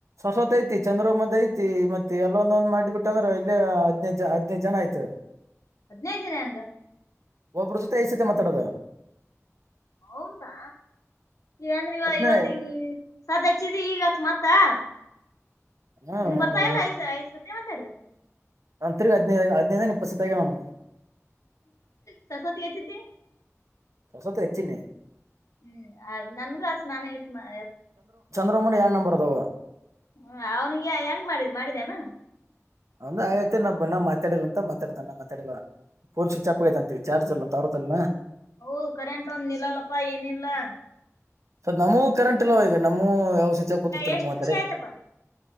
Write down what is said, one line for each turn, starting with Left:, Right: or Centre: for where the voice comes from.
Right: ಸರ್ವತ್ ಐತಿ ಚಂದ್ರ ಮದ ಐತಿ ಮತ್ತೆ ಎಲ್ಲ ಒಂದೊಂದ್ ಮಾಡ್ಬಿಟ್ಟ ಅಂದ್ರೆ ಇಲ್ಲೇ ಹದನೈದು ಜನ ಹದನೈದು ಜನ ಐತ
Left: ಹದನೈದು ಜನ ಹೆಂಗ
Right: ಒಬ್ಬರ ಜೊತೆ ಐದ ಸತೆ ಮಾತಾಡೋದು.
Left: ಹೌದಾ ಈಂದ್ರ ಇವ
Right: ಹದ್ನೇ
Left: ಇವತ್ತಗ ನೀ ಸದ ಹಚ್ಚಿದಿ ಈಗ ಮತ್ತ ತ್ತಾ
Right: ಹ
Left: ನೀನ್
Right: ನಾನು
Left: ಬರ್ತಾ ಇಲ್ಲ ಐ ಐದ ಸತೆ ಮಾತಡಿದರ
Right: ನನ್ ತಿರ್ಗ್ ಹದಿನೈದ ಹದಿನೈದ ಇಪ್ಪತ ಸತೇ ಆಗ್ಯಾವ ನನವು
Left: ಸರಸ್ವತಿ ಯಚದಿ
Right: ಹೊಸತ ಹಚ್ಚಿನಿ
Left: ಹ್ಮ್ ಅ ನನ್ಗ ಹಚ್ ನಾನ ಯತ್ ಮಾ
Right: ಸುಮ್ನೆ ಎಡ ನಂಬರ್ ಅದಾವ
Left: ಹ ಅವನಿಗೆ ಹೆಂಗ್ ಮಾಡಿದ ಮಾಡಿದೇನಾ
Right: ಅವಂದ ಆಗೇತಿ ನಾ ಬಂದಾಗ ಮಾತಾಡಿಲ್ಲ ಅಂತ ಮಾತಾಡತ ಮಾತಾಡಿಲ್ಲ ಫೋನ್ ಸ್ವಿಚ್ ಆಪ್ ಆಗೈತಂತೆ ಚಾರ್ಜ್ ಅಲ್ಲ ತಾರತಲ್
Left: ಅವು ಕರೆಂಟ್ ಒಂದ ನಿಲ್ಲಲ್ಲಪ್ಪಾ ಏನಿಲ್ಲಾ
Right: ಸದ ನಮವು ಕರೆಂಟ್ ಅಲ್ ಈಗ ನಮವು ಯಾವ ಸ್ವಿಚ್ ಒಫ್ ಇರತಿದಿದಲ್
Left: ಎಷ್ಟ್
Right: ನಮ್ಮ್
Left: ನಿಮಿಷ
Right: ತಡೆ
Left: ಆಯ್ತಪ್ಪಾ